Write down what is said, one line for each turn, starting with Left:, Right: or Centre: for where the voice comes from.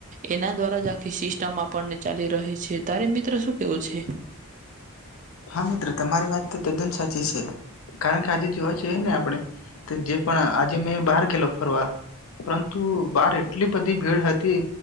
Right: એના દ્વારા જ આખી સિસ્ટમ આપણને ચાલી રહી છે. તારે મિત્ર શું કેવું છે?
Left: હા, મિત્ર તમારી વાત તો તદ્દન સાચી છે કારણ કે આજે જોવા જએ ને આપણે જે પણ આજે મેં બહાર ગેલો ફરવા પરંતુ બહાર એટલી બધી ભીડ હતી